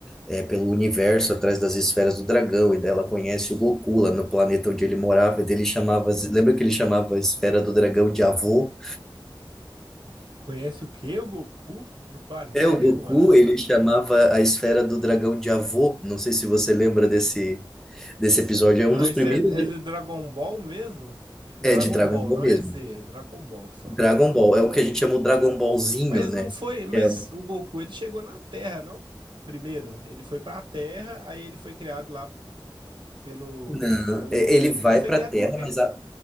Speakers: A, in the centre; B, on the right.
A: é, pelo universo atrás das esferas do dragão, e daí ela conhece o Goku lá no planeta onde ele morava, e daí ele chamava, as- lembra que ele chamava a esfera do dragão de avô?
B: Conhece o que o Goku no planeta
A: É, o
B: que
A: Goku,
B: ele morava?
A: ele chamava a esfera do dragão de avô. Não sei se você lembra desse, desse episódio. É
B: Não,
A: um dos
B: isso
A: primeiros.
B: é, é de Dragon Ball mesmo? Tipo,
A: É
B: Dragon
A: de Dragon
B: Ball,
A: Ball
B: não
A: mesmo.
B: é Z, é Dragon Ball só.
A: Dragon Ball. É o que a gente chama o Dragon Ballzinho,
B: Mas
A: né?
B: não foi, mas
A: É.
B: o Goku ele chegou na Terra, não? Primeiro, ele foi pra Terra, aí ele foi criado lá pelo
A: Não,
B: pelo
A: é- ele vai
B: ele foi
A: pra
B: criado
A: Terra,
B: por quem?
A: mas a,